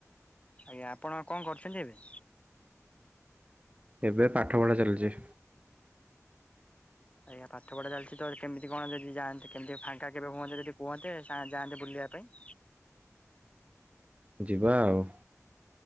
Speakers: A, on the left (about 25°); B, on the right (about 25°).
A: ଆଜ୍ଞା। ଆପଣ କଣ କରୁଛନ୍ତି ଏବେ?
B: ଏବେ ପାଠପଢ଼ା ଚାଲିଚି।
A: ଆଜ୍ଞା ପାଠ ପଢା ଚାଲିଚି ତ କେମିତି କଣ ଯଦି ଯାଆନ୍ତେ କେମତି ଫାଙ୍କା କେବେ ହୁଅନ୍ତେ ଯଦି କୁହନ୍ତେ ଯା ଯାଆନ୍ତେ ବୁଲିବା ପାଇଁ।
B: ଯିବା ଆଉ।